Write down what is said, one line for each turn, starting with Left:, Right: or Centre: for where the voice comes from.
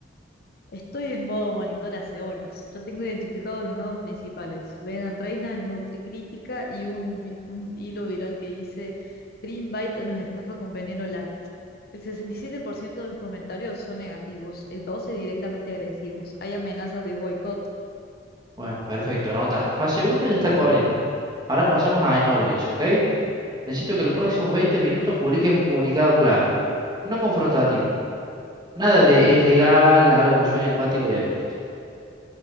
Left: Estoy en modo monitor hace horas. Ya tengo identificados los nodos principales. Venom Reina, NutriCrítica y un, vi- un hilo viral que dice Greenbite nos estafa con veneno light. El 67% de los comentarios son negativos, el 12% directamente agresivos. Hay amenazas de boicot.
Right: Bueno, perfecto, anota. Fase uno ya está corriendo. Ahora pasamos a Acknowledge, ¿ok? Necesito que los próximos 20 minutos publiques un comunicado claro, no confrontativo. Nada de es legal, algo que suene empático y abierto.